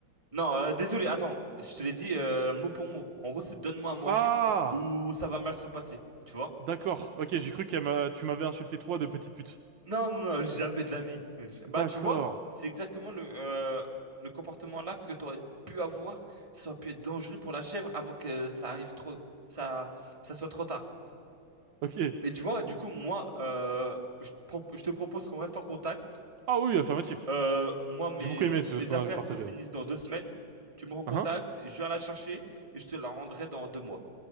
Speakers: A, on the right (about 15°); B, on the right (about 70°).
A: Non, euh, désolé, attends, je te l'ai dit euh, mot pour mot. En gros, c'est donne-moi à manger
B: Ah,
A: ou ça va mal se passer, tu vois?
B: d'accord. Ok, j'ai cru qu'elle m'a, tu m'avais insulté toi de petite pute.
A: Non, non, non, jamais de la vie. Ja-
B: D'accord.
A: Bah, tu vois, c'est exactement le, euh, le comportement là que t'aurais pu avoir. Ça aurait pu être dangereux pour la chèvre avant que ça arrive trop, ça, ça soit trop tard.
B: Ok.
A: Et tu vois, du coup, moi, euh, je te pro- je te propose qu'on reste en contact.
B: Ah oui, affirmatif.
A: Euh, moi, mes,
B: J'ai beaucoup aimé ce,
A: mes
B: ce qu'on
A: affaires
B: a partagé
A: se finissent
B: là.
A: dans deux semaines. Tu me recontactes,
B: Hein
A: je viens la chercher et je te la rendrai dans deux mois.